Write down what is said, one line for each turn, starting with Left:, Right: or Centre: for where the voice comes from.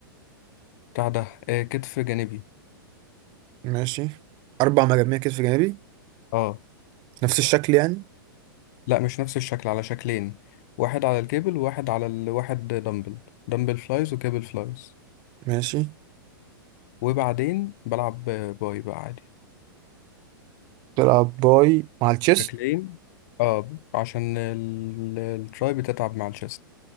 Left: بتاع ده آه... كتف جانبي
Right: ماشي اربع مجاميع كتف جانبي
Left: اه
Right: نفس الشكل يعني
Left: لا مش نفس الشكل على شكلين واحد على الكيبل وواحد على الواحد دمبل دمبل فلايز وكيبل فلايز
Right: ماشي
Left: وبعدين بلعب باي بقى عادي
Right: تلعب باي مع التشيست
Left: شكلين اه عشان ال- التراي بتتعب مع الشيست